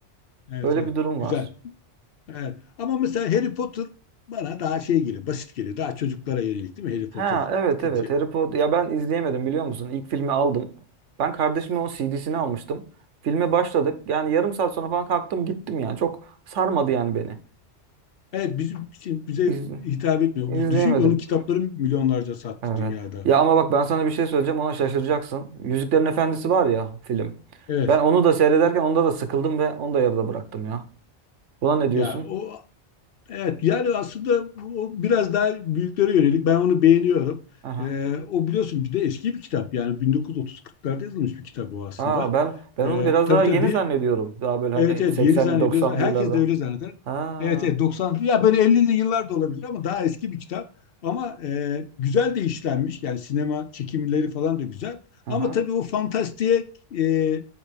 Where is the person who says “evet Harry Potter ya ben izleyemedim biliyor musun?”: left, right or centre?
Right